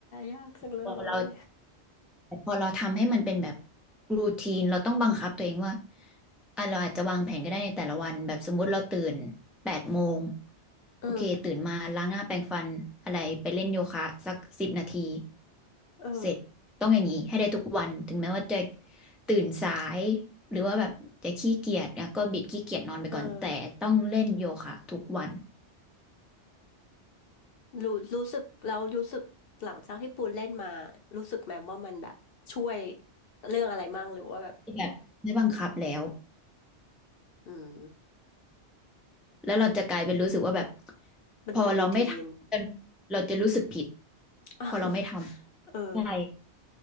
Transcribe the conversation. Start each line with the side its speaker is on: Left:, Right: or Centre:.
Left: ยากจังเลย
Centre: พอเรา พอเราทำให้มันเป็นแบบรูทีนเราต้องบังคับตัวเองว่าอ่ะเราอาจจะวางแผนก็ได้ในแต่ละวันแบบสมมุติเราตื่นแปดโมง
Left: เออ
Centre: โอเคตื่นมาล้างหน้าแปรงฟันอะไรไปเล่นโยคะสักสิบนาที
Left: เออ
Centre: เสร็จต้องอย่างนี้ให้ได้ทุกวันถึงแม้ว่าจะตื่นสายหรือว่าแบบจะขี้เกียจนะก็บิดขี้เกียจนอนไปก่อนแต่ต้องเล่นโยคะทุกวัน
Left: เออรู้รู้สึกแล้วรู้สึกหลังจากที่ปูนเล่นมารู้สึกแมมว่ามันแบบช่วยเรื่องอะไรมั่งหรือว่าแบบ
Centre: แบบไม่บังคับแล้ว
Left: อืม
Centre: แล้วเราจะกลายเป็นรู้สึกว่าแบบ
Left: มันเป็นรูทีน
Centre: พอเราไม่ทำเราจะรู้สึกผิด
Left: <laughs>
Centre: พอเราไม่ท
Left: เออ
Centre: ใช่